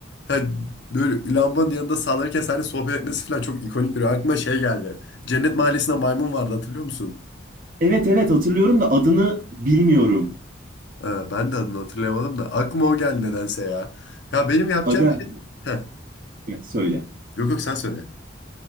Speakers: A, on the left; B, on the right.
A: yani böyle lambanın yanında sallanırken seninle sohbet etmesi falan çok ikonik bir aklıma şey geldi. Cennet Mahallesi'nde maymun vardı hatırlıyor musun?
B: Evet evet hatırlıyorum da adını bilmiyorum.
A: Ee, ben de adını hatırlayamadım da aklıma o geldi nedense ya. Ya benim yapacağım
B: Aga
A: şey... Heh,
B: ya söyle.
A: yok yok sen söyle.